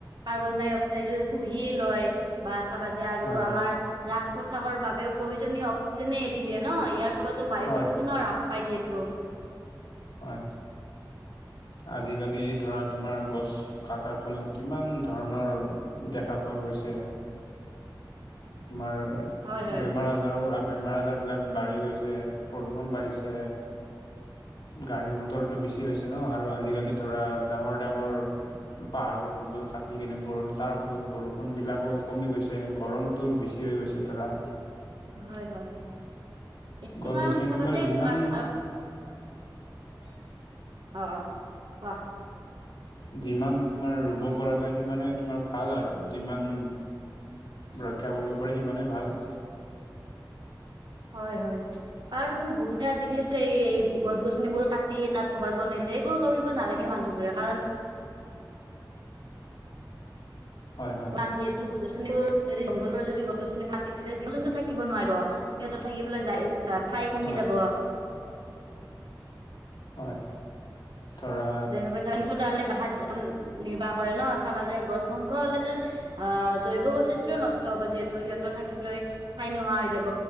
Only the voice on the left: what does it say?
হয় হয়
হয়
হয় আজিকালি ধৰা তোমাৰ গছ কটাৰ ফলত কিমান ধৰণৰ দেখা পোৱা গৈছে তোমাৰ
বেমাৰ আজাৰৰ আপ বেমাৰ আজাৰবিলাক বাঢ়ি গৈছে প্ৰদূষণ বাঢ়িছে গাড়ী মটৰটো বেছি হৈছে ন আৰু আজিকালি ধৰা ডাঙৰ ডাঙৰ পাহাৰ পৰ্ব কাটি কেনে বৰ তাৰ ফলত বৰষুণবিলাকো কমি গৈছে গৰমটো বেছি হৈ গৈছে ধৰা
গছ
গছনি
তোমাৰ
যিমান
<unintelligible>
যিমান তোমাৰ ৰুব পৰা যায় সিমানে তোমাৰ ভাল আৰু যিমান ৰক্ষা কৰিব পাৰি সিমানেই ভাল
হয় হয়
হয়
হয় ধৰা